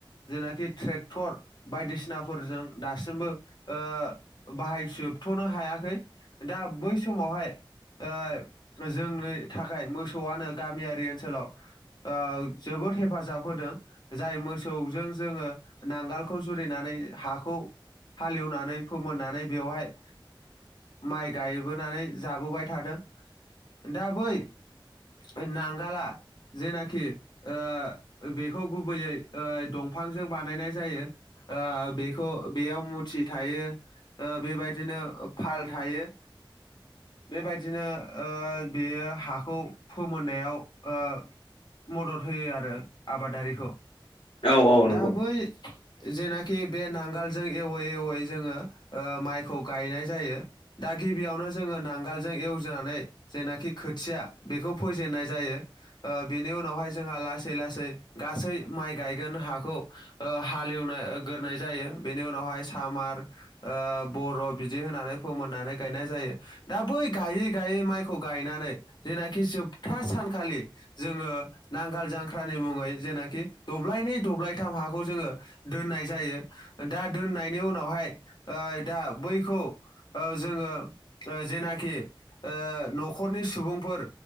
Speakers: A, on the left (about 55°); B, on the left (about 80°).
A: जेनाखि ट्रेक्टर बायदिसिनाफोरजों दासिमबो ओ बाहायजोब होबथ'नो हायाखै दा बै समावहाय ओ जोंनि थाखाय मोसौआनो गामियारि ओनसोलाव ओ जोबोद हेफाजाब होदों जाय मोसौजों जोंङो नांगोलखौ जुरिनानै हाखौ हालेवनानै फोमोननानै बेवहाय माइ गायबोनानै जाबोबाय थादों। दा बै यै नांगाला जेनाखि ओ बेखौ ओ गुबैयै दंफांजों बानायनाय जायो। ओ बेखौ बेयाव मुथि थायो। ओ बेबायदिनो
B: हाय
A: फाल थायो बेबायदिनो ओ बेयो हाखौ फोमोननायाव ओ मदद होयो आरो आबादारिखौ
B: औ औ नंगौ
A: दा बै जेनाखि बे नांगोलजों एवै एवै जोंङो माइखौ गायनाय जायो। दा गिबियावनो जोंङो नांगोलजों एवजेननानै जेनाखि खोथिया बेखौ फोेजेननाय जायो। ओ बेनि उनावहाय जोंहा लासै लासै गासै माइ गायगोन हाखौ हालेवनाय गोरनाय जायो बेनि उनाव उनावहाय सामार ओबर' बिदि होनानै फोमोननानै गायनाय जायो। दा बै गायै गायै माइखौ गायनानै जेनाखि जोबथा सानखालि जोङो नांगाल जांख्रानि मुङै जेनाखि दब्लायनै दब्लायथाम हाखौ जोङो दोननाय जायो। दा दोननायनि उनावहाय ओ दा बैखौ ओ जोङो ओ जेनाखि न'खरनि सुबुंफोर